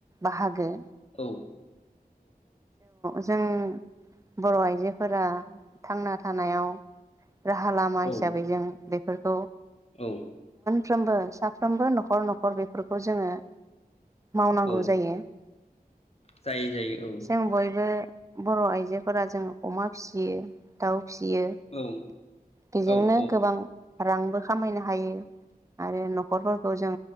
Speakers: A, on the right; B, on the left.
A: बाहागो।
B: औ
A: <inaudible> जों बर' आइजोफोरा थांना थानायाव राहा लामा हिसाबै
B: औ
A: जों बेफोरखौ
B: औ।
A: फ्रोमबो साफ्रोमबो न'खर न'खर बेफोरखौ जोङो मावनांगौ
B: औ
A: जायो।
B: जायो जायो औ।
A: जों बयबो बर' आइजोफोरा जों अमा फिसियो दाउ फिसियो
B: औ
A: बेजोंनो
B: औ
A: गोबां रांबो खामायनो हायो। आरो न'खरफोरखौ जों